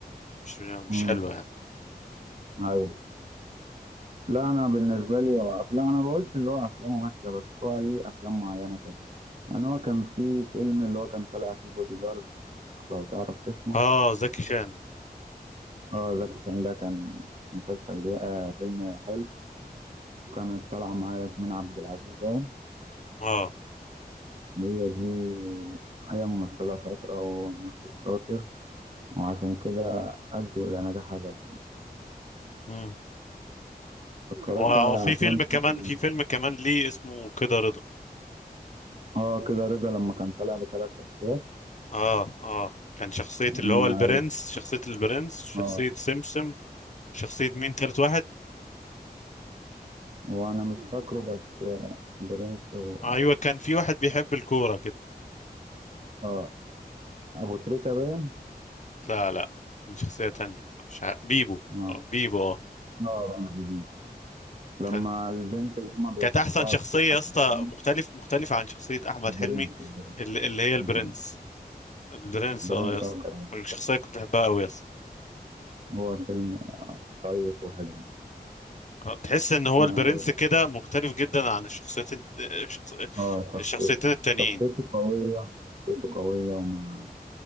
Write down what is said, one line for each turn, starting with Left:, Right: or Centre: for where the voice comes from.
Left: مش مش
Right: مم.
Left: حلوة يعني
Right: أيوه لا انا بالنسبه لي هو افلام انا بقولش اللي هو افلامه وحشه بس هو ليه افلام معينه كده يعني هو كان في فيلم اللي هو كان طالع فيه بودي جارد لو تعرف اسمه
Left: آه زكي شان
Right: اه زكي شان ده كان مسلسل جاي آه فيلم حلو كانت طالعه معاه ياسمين عبد العزيز باين
Left: آه
Right: هي دي هي ممثله شاطره وهو ممثل شاطر وعشان كده ادوا الى نجاح هذا الفيلم
Left: مم.
Right: اتفرجت
Left: هو
Right: على
Left: في
Right: افلام
Left: فيلم
Right: تاني.
Left: كمان في فيلم كمان ليه اسمه كده رضا
Right: اه كده رضا لما كان طالع بثلاث شخصيات
Left: آه آه كان شخصية
Right: لما
Left: اللي هو البرنس شخصية البرنس شخصية
Right: اه
Left: سمسم شخصية مين تالت واحد
Right: هو انا مش فاكره بس آه، برنس و...
Left: أيوة كان في واحد بيحب الكورة كده
Right: اه ابو تريكة باين
Left: لا لا كان شخصية تانية مش عارف. بيبو
Right: اه
Left: آه، بيبو اه
Right: اه بني جديد لما
Left: كان
Right: البنت اللي هما بيحبوها
Left: كانت أحسن شخصية
Right: بتضحك
Left: يا اسطى
Right: عليهم
Left: مختلف مختلفة عن شخصية أحمد حلمي
Right: برنس برنس
Left: اللي, اللي هي البرنس
Right: برنس
Left: البرنس
Right: برنس
Left: اه يا اسطى
Right: آه، كان
Left: الشخصية كنت بحبها أوي يا اسطى
Right: هو فيلم آه، شيق وحلو يعني
Left: آه، تحس إن هو
Right: اه
Left: البرنس كده مختلف جدا عن الشخصيتين الشخص-
Right: آه، شخصيته
Left: الشخصيتين التانيين
Right: شخصيته قوية شخصيته قوية وما